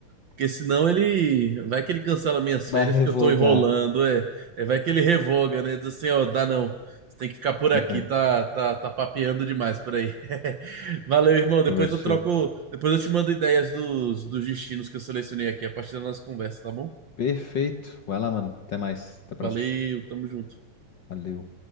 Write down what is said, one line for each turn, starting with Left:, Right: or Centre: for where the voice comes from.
Right: Porque senão ele. Vai que ele cancela minhas
Left: vai
Right: férias
Left: revogar.
Right: porque eu tô enrolando, é. É, vai que ele revoga, né? Diz assim, ó, dá não. Você tem que ficar por
Left: <laughs>
Right: aqui, tá, tá, tá papeando demais por aí. <laughs> Valeu, irmão. Depois
Left: Vai show.
Right: eu troco. Depois eu te mando ideias dos, dos destinos que eu selecionei aqui a partir da nossa conversa, tá bom?
Left: Perfeito. Vai lá, mano. Até mais. Até a
Right: Valeu,
Left: próxima.
Right: tamo junto.
Left: Valeu.